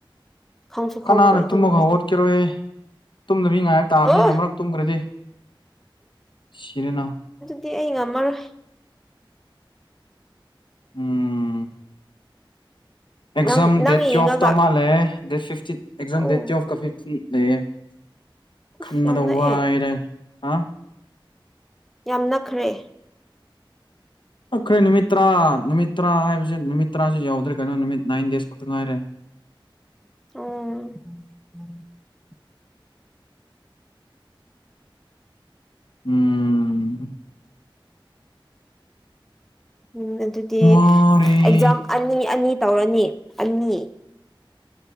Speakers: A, in the centre; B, on the left (about 65°).
A: ꯈꯪꯁꯨ ꯈꯪꯉꯔꯣꯏ
B: ꯀꯅꯥꯅ
A: ꯇꯨꯝꯈ꯭ꯔꯗꯤ
B: ꯇꯨꯝꯃꯒ ꯍꯧꯠꯀꯔꯣꯏ ꯇꯨꯝꯗꯕ ꯃꯤ ꯉꯥꯏꯕ ꯇꯥꯕꯅꯤꯅ
A: ꯑꯣ
B: ꯃꯔꯛ ꯇꯨꯝꯈ꯭ꯔꯗꯤ ꯁꯤꯔꯅꯥ
A: ꯗꯤ ꯑꯩ ꯉꯝꯃꯔꯣꯏ
B: ꯎꯝ
A: ꯅꯪ
B: ꯑꯦꯛꯖꯝ
A: ꯅꯪ
B: ꯗꯦꯇ
A: ꯌꯦꯡꯉꯒ
B: ꯑꯣꯐ ꯇ ꯃꯥ ꯂꯩꯦ <inaudible> ꯗꯦꯠ ꯐꯤꯐꯇꯤꯟ ꯑꯦꯛꯖꯥꯝ
A: ꯑꯣ
B: ꯗꯦꯠ ꯇ ꯑꯣꯐ ꯀ ꯐꯤꯇꯤꯟ ꯂꯩꯌꯦ
A: ꯑꯁ
B: ꯈꯪꯉꯗ
A: ꯌꯥꯝ ꯅꯛꯑꯦ
B: ꯎ ꯋꯥ ꯍꯥꯏꯔ ꯑ
A: ꯌꯥꯝ ꯅꯛꯈ꯭ꯔꯦ
B: ꯑꯩꯈꯣꯏ ꯅꯨꯃꯤꯠ ꯇꯔꯥ ꯅꯨꯃꯤꯠ ꯇꯔꯥ ꯍꯥꯏꯕꯕꯁꯤꯦ ꯅꯨ ꯇꯔꯥꯁꯨ ꯌꯥꯎꯗ꯭ꯔꯦ ꯀꯩꯅꯣ ꯅꯨꯃꯤꯠ ꯅꯥꯏꯟ ꯗꯦꯖ ꯈꯛꯇ ꯉꯥꯏꯔꯦ
A: ꯎꯝ
B: ꯎꯝ <inaudible>
A: ꯎꯝ ꯑꯗꯨꯗꯤ
B: ꯋꯥꯔꯦ
A: ꯑꯦꯛꯖꯥꯝ ꯑꯅꯤ ꯑꯅꯤ ꯇꯧꯔꯅꯤ ꯑꯅꯤ